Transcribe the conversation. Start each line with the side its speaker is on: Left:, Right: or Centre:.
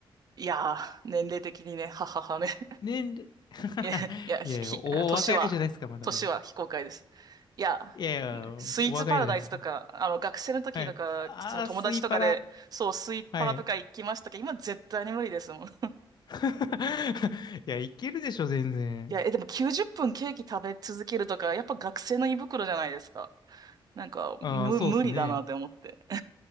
Right: いやー、年齢的にね、はははね。<laughs>
Left: 年齢 <laughs>
Right: いや、いや、ひ、
Left: いやいや、お若いじゃないですか、
Right: ひ年は、
Left: まだまだ。
Right: 年は非公開です。いや、
Left: いやいや、
Right: ねスイーツパラダイスとか、
Left: お若いじゃないですか。
Right: あの、学生の時とか、
Left: はい。あー、
Right: その友達とかで、
Left: スイパラ。
Right: そう、スイパラとか行きましたけど、
Left: はい。
Right: 今絶対に無理ですもん。い
Left: <laughs> いや、いけるでしょ、全然。
Right: や、え、でも90分ケーキ食べ続けるとか、やっぱ学生の胃袋じゃないですか。なんか、
Left: ああ、
Right: む、
Left: そうですね。
Right: 無理だなって思って。